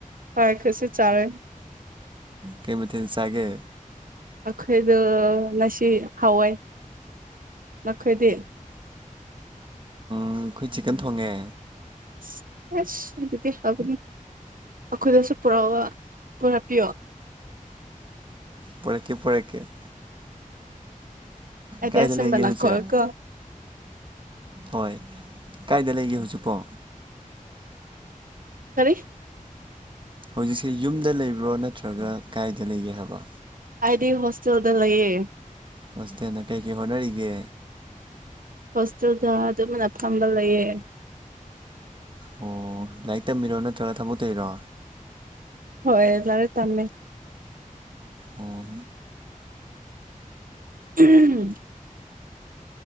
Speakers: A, on the right (about 80°); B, on the right (about 35°).
A: ꯐꯔꯦꯈꯠꯁꯤꯠ ꯆꯥꯔꯦ
B: ꯀꯃꯤ ꯊꯁꯒꯦ
A: ꯑꯩꯈꯣꯏꯗ ꯉꯁꯤ ꯍꯥꯎꯋꯏ ꯃꯈꯈꯣꯏꯗꯤ
B: ꯑꯪ ꯀꯈꯣꯏ ꯆꯤꯀꯅ ꯊꯣꯡꯉꯦ
A: ꯑꯁ ꯑꯁ ꯑꯗꯨꯗꯤ ꯍꯥꯏꯕꯅꯤ ꯑꯩꯈꯣꯏꯗꯁꯨ ꯄꯨꯔꯛꯑꯣ ꯄꯨꯔꯛꯄꯤꯌꯣ
B: ꯄꯔꯦꯀꯦ ꯄꯔꯦꯀꯦ
A: ꯑꯦꯗꯤ
B: ꯀꯥꯏꯗ
A: ꯆꯨꯝꯕꯅꯥ
B: ꯂꯩꯒꯦ ꯍꯧꯖꯤꯛ
A: ꯀꯣ ꯀꯣ
B: ꯍꯣꯏ ꯀꯥꯏꯗ ꯂꯩꯒꯦ ꯍꯧꯖꯤꯛꯄꯣ
A: ꯈꯔꯤ
B: ꯍꯧꯖꯤꯛꯁꯦ ꯌꯨꯝꯗ ꯂꯩꯕ꯭ꯔꯣ ꯅꯠꯇ꯭ꯔꯒ ꯀꯥꯏꯗ ꯂꯩꯒꯦ ꯍꯥꯏꯕ
A: ꯑꯗꯤ ꯍꯣꯁꯇꯦꯜꯗ ꯂꯩꯑꯦ
B: ꯍꯣꯁꯇꯦꯟꯗ ꯀꯩꯀꯩ ꯍꯣꯠꯅꯔꯤꯒꯦ
A: ꯍꯣꯁꯇꯦꯜꯗ ꯑꯗꯨꯝꯅ ꯐꯝꯕ ꯂꯩꯌꯦ
B: ꯑꯣ ꯂꯥꯏꯔꯤꯛ ꯇꯝꯕꯤꯔꯣ ꯅꯠꯇ꯭ꯔꯒ ꯊꯕ ꯇꯔꯤꯔꯣ
A: ꯍꯣꯏ ꯂꯔꯦ ꯇꯝꯃꯦ
B: ꯑꯣ
A: ꯎꯝ